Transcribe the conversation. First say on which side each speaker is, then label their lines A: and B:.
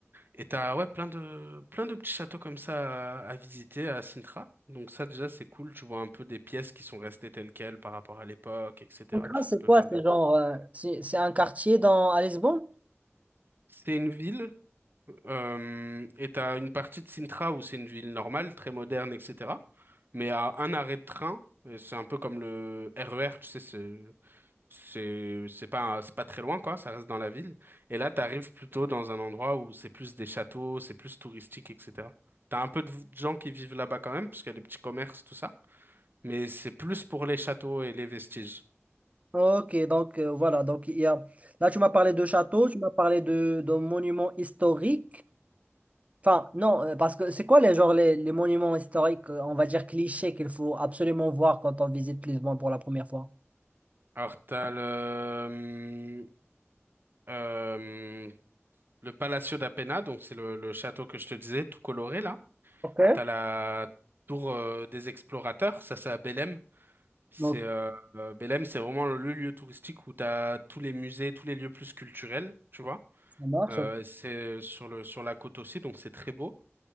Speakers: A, on the right; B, on the right.
A: Et t'as ouais, plein de, plein de petits châteaux comme ça à, à visiter à Sintra. Donc ça, déjà, c'est cool, tu vois un peu des pièces qui sont restées telles quelles par rapport à l'époque, etc.
B: Donc,
A: Tu
B: là, c'est
A: peux
B: quoi?
A: faire
B: C'est
A: des trucs.
B: genre, euh, c'est c'est un quartier dans, à Lisbonne?
A: C'est une ville Euh, et t'as une partie de Sintra où c'est une ville normale, très moderne, etc. Mais à un arrêt de train, et c'est un peu comme le RER, tu sais, c'est c'est c'est pas c'est pas très loin quoi, ça reste dans la ville. Et là, t'arrives plutôt dans un endroit où c'est plus des châteaux, c'est plus touristique, etc. T'as un peu de v- de gens qui vivent là-bas quand même, parce qu'il y a des petits commerces, tout ça. Mais c'est plus pour les châteaux et les vestiges.
B: Ok, donc euh, voilà, donc il y a... Là, tu m'as parlé de châteaux, tu m'as parlé de, de monuments historiques. Enfin, non, euh, parce que c'est quoi les genre les, les monuments historiques, euh, on va dire clichés qu'il faut absolument voir quand on visite Lisbonne pour la première fois?
A: Alors t'as le euh, Le Palacio d'Apena, donc c'est le, le château que je te disais, tout coloré là.
B: OK.
A: T'as la tour euh, des explorateurs, ça c'est à Belém. C'est
B: Donc,
A: euh, euh, Belém, c'est vraiment le lieu touristique où t'as tous les musées, tous les lieux plus culturels, tu vois.
B: ça marche,
A: Euh, c'est sur le sur la côte aussi, donc c'est très beau.